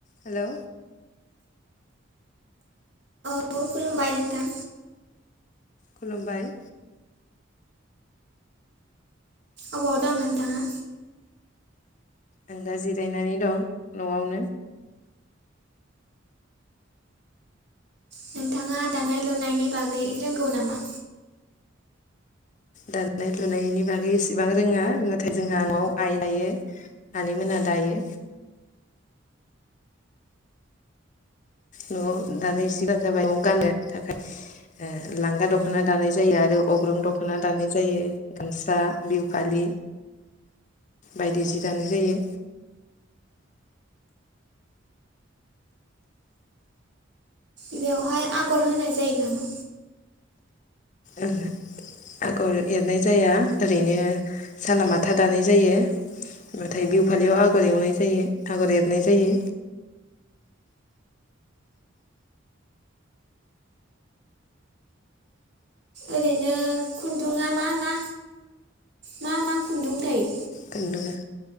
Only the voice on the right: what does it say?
औ खुलुमबाय नोंथां
अबाव दं नोंथाङा
नोंथाङा दानाय लुनायनि बागै रोंगौ नामा?
बेवहाय आगर होनाय जायो नामा?
ओरैनो खुन्दुङा मा मा मा मा खुन्दुं थायो?